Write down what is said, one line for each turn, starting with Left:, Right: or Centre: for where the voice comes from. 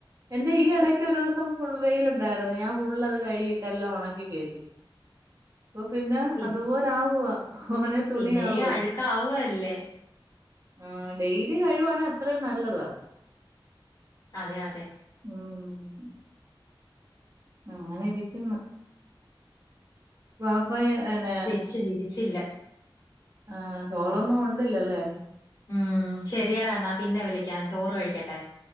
Right: എന്റെ ഈ ഇടയ്ക്ക് ഒരു ദിവസം ഫുൾ വെയിൽ ഉണ്ടായിരുന്നു ദദയാം ഫുൾ അത് കഴുകിയിട്ടേല്ലാം ഒണക്കി കേറ്റി ഇപ്പൊ പിന്നെ
Left: പി
Right: അത് പോലെ ആവുവ തോനെ തുണിയാവുവ
Left: പിന്നെ അഴുക്കാവുകയല്ലേ
Right: ആ ഡെയിലി കഴുവാണൽ അത്രേം നല്ലതാ
Left: അതെ അതെ
Right: ഉം അങ്ങനെ ഇരിക്കുന്നു പാപ്പയെ ന്നെ
Left: പക്ഷെ വിരിച്ചില്ല
Right: ആഹ ചോറൊന്നും ഉണ്ടില്ലല്ലേ
Left: ഉം ശെരിയടാണാ പിന്നെ വിളിക്കാ ചോറ് കഴിക്കട്ടെ